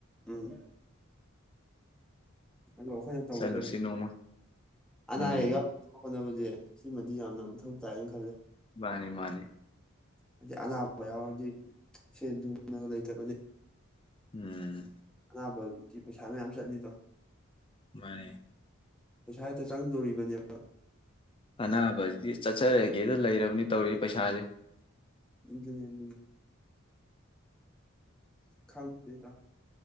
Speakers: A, in the centre; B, on the left (about 25°).
A: ꯎꯝ ꯑꯗꯣ ꯑꯩꯈꯣꯏꯅ ꯇꯧꯒꯗꯕ
B: ꯆꯠꯂꯨꯁꯤ ꯅꯣꯡꯃ
A: ꯑꯅꯥ
B: ꯎꯝ
A: ꯑꯌꯦꯛ ꯌꯥꯎ ꯍꯣꯠꯅꯕꯁꯦ ꯁꯤꯃꯗꯤ ꯌꯥꯝꯅ <unintelligible> ꯈꯜꯂꯦ
B: ꯃꯥꯅꯤ ꯃꯥꯅꯤ
A: ꯍꯥꯏꯗꯤ ꯑꯅꯥꯕ ꯌꯥꯎꯔꯗꯤ ꯁꯦꯟ ꯊꯨꯝꯒ ꯂꯩꯇꯕꯅꯦ
B: ꯎꯝ
A: ꯑꯅꯥꯕ ꯗꯤ ꯄꯩꯁꯥ ꯃꯌꯥꯝ ꯆꯠꯂꯤꯗꯣ
B: ꯃꯥꯅꯦ
A: ꯄꯩꯁꯥ ꯍꯦꯛꯇ ꯆꯪꯗꯣꯔꯤꯕꯅꯦꯕ
B: ꯑꯅꯥꯕꯕꯁꯤꯗꯤ ꯆꯠꯆꯔꯒꯦꯗ ꯂꯩꯔꯕꯅꯤ ꯇꯧꯔꯤ ꯄꯩꯁꯥꯁꯦ
A: ꯎ ꯈꯪ ꯂꯩꯗ